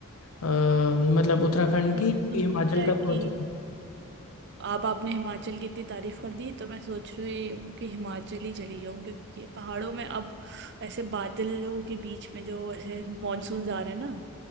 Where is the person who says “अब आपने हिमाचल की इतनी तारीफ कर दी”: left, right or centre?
Right